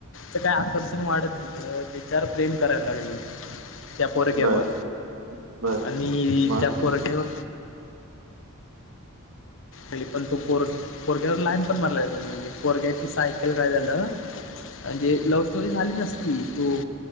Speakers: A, on the left; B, on the right.
A: तर काय आकर्षण वाढत त्याच्यावर प्रेम करायला लागले. त्या पोरग्यावर
B: बर बर
A: आणि
B: मग
A: त्या पोरग्यावर. आणि पण तो पोर पोरग्यावर लाईन पण मारला पोरग्याची सायकल काय झालं. जे लव्ह स्टोरी झाली नसती तो.